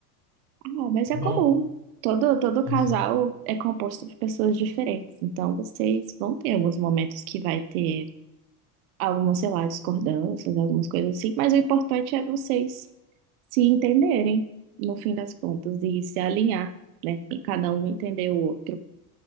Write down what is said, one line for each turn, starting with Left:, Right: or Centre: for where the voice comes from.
Right: ah, mas
Left: Bom,
Right: é comum. Todo, todo
Left: sim,
Right: casal
Left: sim.
Right: é composto por pessoas diferentes. Então, vocês vão ter alguns momentos que vai ter algumas, sei lá, discordâncias, algumas coisas assim. Mas o importante é vocês se entenderem, no fim das contas, e se alinhar, né? E cada um entender o outro